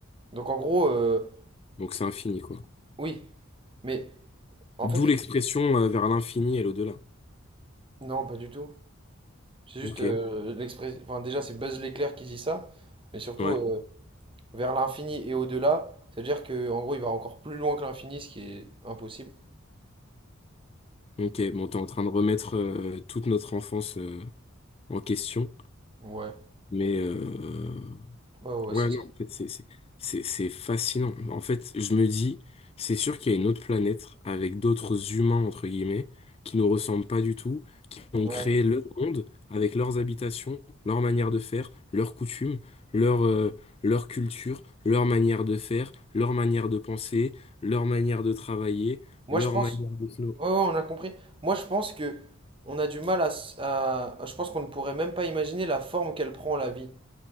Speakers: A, on the right (about 25°); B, on the left (about 30°).
A: Donc en gros, euh,
B: Donc c'est infini, quoi.
A: oui, mais en
B: D'où
A: fait,
B: l'expression euh, vers l'infini et l'au-delà.
A: non, pas du tout. C'est juste
B: Ok.
A: euh, l'express- Enfin, déjà, c'est Buzz l'éclair qui dit ça, mais surtout
B: Ouais.
A: euh, vers l'infini et au-delà, c'est-à-dire que en gros, il va encore plus loin que l'infini, ce qui est impossible.
B: Ok, bon, t'es en train de remettre euh, toute notre enfance euh, en question,
A: Ouais,
B: mais euh,
A: ouais, ouais, ouais,
B: ouais,
A: c'est ça.
B: non, en fait, c'est c'est- c'est- c'est fascinant. En fait, je me dis, c'est sûr qu'il y a une autre planète avec d'autres humains, entre guillemets, qui nous ressemblent pas du tout, qui ont
A: Ouais.
B: créé leur monde avec leurs habitations, leur manière de faire, leurs coutumes, leur, euh, leur culture, leur manière de faire, leur manière de penser, leur manière de travailler,
A: Moi,
B: leur
A: je pense.
B: manière de...
A: Ouais, ouais, on a compris. Moi, je pense que on a du mal à, s- à- à- je pense qu'on ne pourrait même pas imaginer la forme qu'elle prend la vie